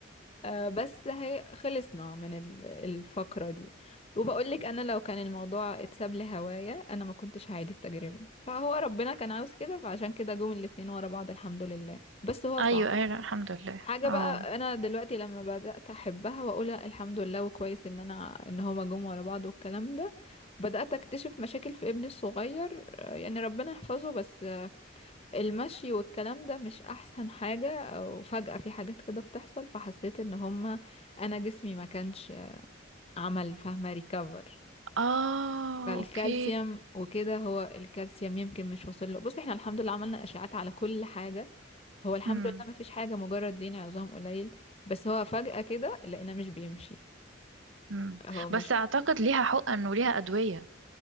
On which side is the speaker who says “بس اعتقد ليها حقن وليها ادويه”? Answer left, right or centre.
Right